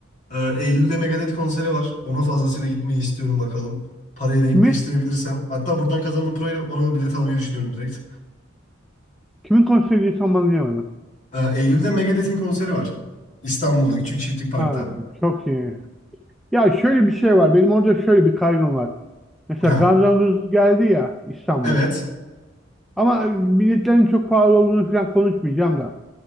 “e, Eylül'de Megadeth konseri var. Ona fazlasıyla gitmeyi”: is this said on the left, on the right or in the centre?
Left